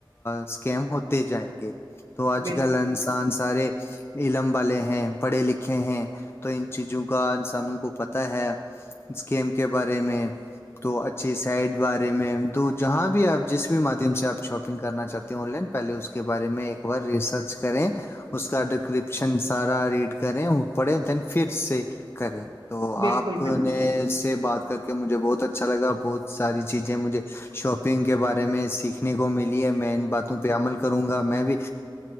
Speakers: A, on the left; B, on the right.
A: اسکیم ہوتے جائیں گے تو اج
B: بالکل
A: کل انسان سارے علم والے ہیں پڑھے لکھے ہیں تو ان چیزوں کا انسانوں کو پتا ہے اسکیم کے بارے میں تو اچھی سائڈ بارے میں دو جہاں بھی آپ جس بھی مادھیم سے آپ شاپنگ کرنا چاہتے ہو آن لائن پہلے اس کے بارے میں ایک بار ریسرچ کریں اس کا ڈکپشن سارا ریڈ کریں وہ پڑھے دین فھر سے کریں تو آپ
B: بالکل بالکل
A: نے سے بات کر کے مجھے بہت اچھا اچھا لگا بہت ساری چیزیں مجھے شاپنگ کے بارے میں سیکھنے کو ملی ہے میں ان باتوں پہ عمل کروں گا میں بھی